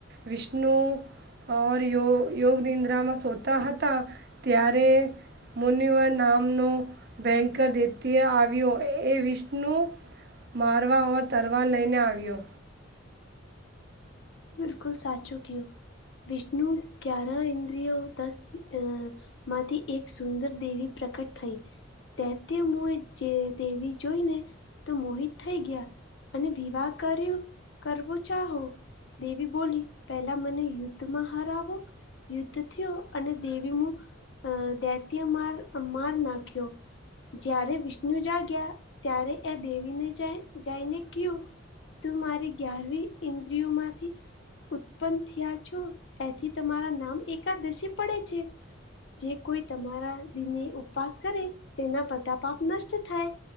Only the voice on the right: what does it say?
વિષ્ણુ ઓર યોગ યોગ નિદ્રામાં સોતા હતા ત્યારે મુનિવર નામનો ભયંકર દતી્ય આવ્યો એ વિષ્ણુ મારવા ઓર તરવા લઈને આવ્યો